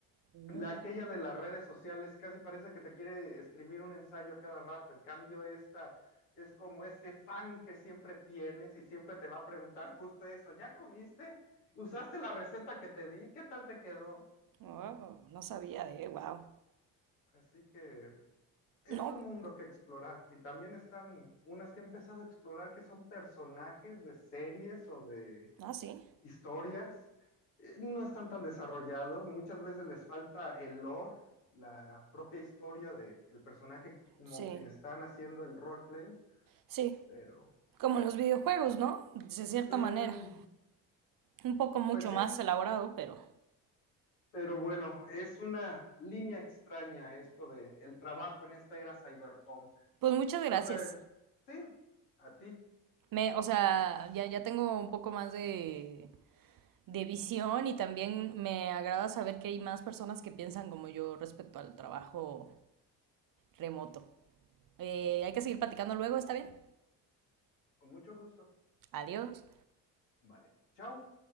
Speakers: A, on the right (about 50°); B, on the left (about 85°).
A: Mm.
B: la aquella de las redes sociales casi parece que te quiere escribir un ensayo a cada rato. En cambio, esta es como ese fan que siempre tienes y siempre te va a preguntar justo eso. ¿Ya comiste? ¿Usaste la receta que te di? ¿Qué tal te quedó?
A: Wow, no sabía, de, wow.
B: Así que es
A: No.
B: un mundo que explorar. Y también están unas que he empezado a explorar que son personajes de series o de
A: Ah, sí.
B: historias, eh, no están tan desarrollados, muchas veces les falta el lore, la propia historia del personaje como
A: Sí.
B: quien están haciendo el roleplay,
A: Sí.
B: pero
A: Como en los videojuegos, ¿no? De cierta
B: mm,
A: manera. Un poco mucho
B: pues sí,
A: más elaborado, pero.
B: pero bueno, es una línea extraña esto de el trabajo en esta era cyberpunk.
A: Pues muchas
B: Pero
A: gracias.
B: te, sí, a ti,
A: Me, o sea, ya, ya tengo un poco más de, de visión y también me agrada saber que hay más personas que piensan como yo respecto al trabajo remoto. Eh, hay que seguir platicando luego, ¿está bien?
B: con mucho gusto.
A: Adiós.
B: Vale, chao.